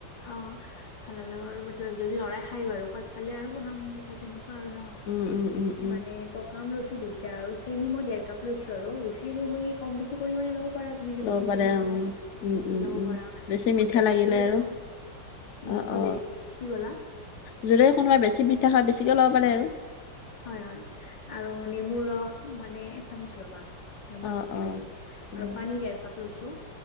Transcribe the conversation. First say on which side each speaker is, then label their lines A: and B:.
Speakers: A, on the left; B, on the left.
A: অ ভাল হলে বাৰু <unintelligible> যদি ল'ৰাই খাই বাৰু খোৱাদ পালে আৰু বনাম পিছত সেনেকুৱা আৰু ন
B: উম, উম, উম, উম,
A: মানে প কা আম লৈছো আৰু দুইটা আৰু চেনি মই ডেৰ কাপ লৈছো আৰু ৰুচি হৈয়ে কম-বেছি পৰিমানে লব পৰা তুমি যদি
B: ল'ব
A: বেছি
B: পাৰে
A: চেনি খোৱা
B: উম, উম,
A: বেছি
B: উম,
A: লব
B: উম,
A: পাৰা
B: বেছি
A: মই
B: মিঠা
A: দেৰ
B: লাগিলে
A: কাপেই লৈছো।
B: আৰু
A: উম
B: অ
A: মই
B: অ
A: দেৰি কি ক'লা
B: যোনে কোনোবাই বেছি মিঠা খাই বেছিকে লব পাৰে আৰু।
A: হয় হয় আৰু নেমুৰ ৰস মানে এচামুচ ল'বা। নেমুৰ
B: অ',
A: ৰসটো
B: অ',
A: লাগে
B: উম।
A: আৰু পানী ডেৰ কাপ লৈছো।